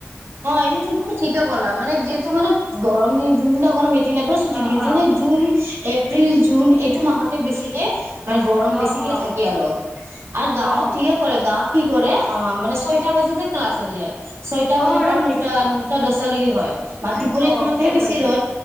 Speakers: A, on the right; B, in the centre.
A: অ এইটো দুদিন ঠিকে কলা মান যিহেতু মান গৰম দ দুদিিন গৰম দিনাৰ পৰা ছুটি
B: অ',
A: দি দিয়ে
B: অ',
A: জুন এপ্ৰিল জুন এইটো মাহতে বেছিকে মানে গৰম বেছিকে
B: অ', অ',
A: থাকে আৰু আৰু গাঁৱত
B: অ',
A: ঠিকে কৰে গাঁৱত কি কৰে অ মানে ছয়টা বাজেতে ক্লাছ হৈ যায় ছয়টা বাজে
B: অ', ৰাতিপুৱা
A: নটা নটা দহটালৈকে হয় মাত দুপৰীয়া
B: এ অ',
A: সময়তেহে
B: শেষ
A: বেছি
B: হৈ যায়
A: ৰদ